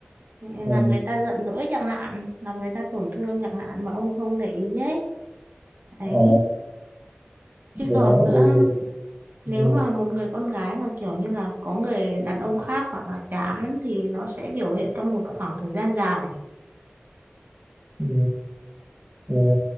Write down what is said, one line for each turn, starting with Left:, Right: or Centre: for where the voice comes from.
Right: làm
Centre: ờ
Right: người ta giận dỗi chẳng hạn làm người ta tổn thương chẳng hạn mà ông không để ý ấy đấy
Centre: ờ dạ
Right: chứ còn nữa
Centre: vậy thì
Right: nếu
Centre: ừ,
Right: mà một người con gái mà kiểu như là có người đàn ông khác hoặc là chán thì nó sẽ biểu hiện trong một khoảng thời gian dài
Centre: ừ, dạ.